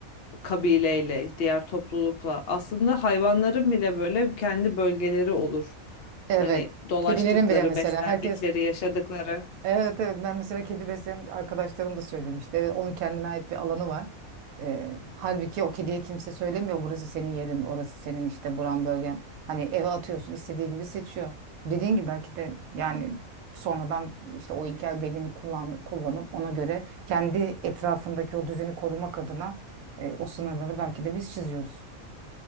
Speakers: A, on the left; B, on the right.
A: kabileyle, diğer toplulukla. Aslında hayvanların bile böyle kendi bölgeleri olur.
B: Evet.
A: Hani dolaştıkları,
B: Kedilerin bile mesela
A: beslendikleri,
B: herkes
A: yaşadıkları.
B: Evet evet ben mesela kedi besleyen arkadaşlarım da söylemişti. Evet onun kendine ait bir alanı var. Ee, halbuki o kediye kimse söylemiyor burası senin yerin, orası senin işte buran bölgen. Hani eve atıyorsun istediği gibi seçiyor. Dediğin gibi belki de yani sonradan işte o ilkel belini kullan, kullanıp ona göre kendi etrafındaki o düzeni korumak adına e, o sınırları belki de biz çiziyoruz.